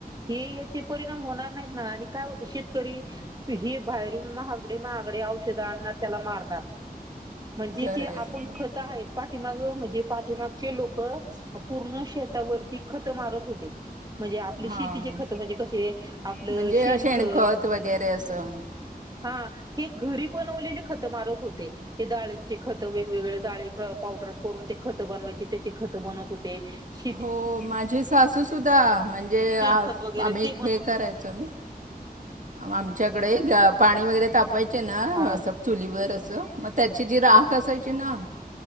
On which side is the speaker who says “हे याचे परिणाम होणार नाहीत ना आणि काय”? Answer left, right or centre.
Right